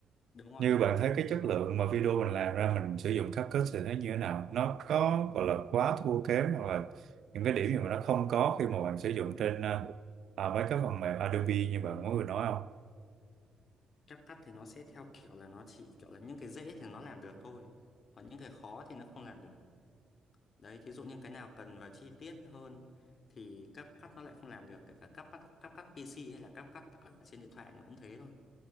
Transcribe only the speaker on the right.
như bạn thấy cái chất lượng mà video mình làm ra mình sử dụng CapCut thì thấy như thế nào nó có gọi là quá thua kém hoặc là những cái điểm gì mà nó không có khi mà bạn sử dụng trên à, à, mấy cái phần mềm Adobe như bạn mới vừa nói không